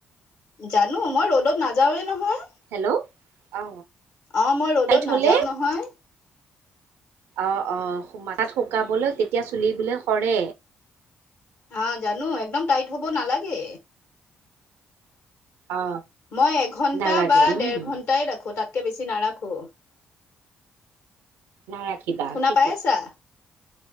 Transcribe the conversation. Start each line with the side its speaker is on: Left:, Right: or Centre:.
Left: জানো মই ৰ'দত নাযাওৱে নহয়
Right: হেল্ল' অ
Left: অ মই ৰ'দত
Right: টাইট হ'লে
Left: নাযাও নহয়।
Right: অ অ মাথাত শুকাবলে, তেতিয়া চুলি বোলে সৰে।
Left: আহ জানো একদম টাইট হব নালাগে
Right: অ
Left: মই এঘন্টা
Right: নালাগে
Left: বা
Right: উম
Left: দেৰ ঘন্টাই ৰাখো তাতকে বেছি নাৰাখো
Right: না ৰাখিবা
Left: শুনা
Right: ঠিকেই।
Left: পাই আছা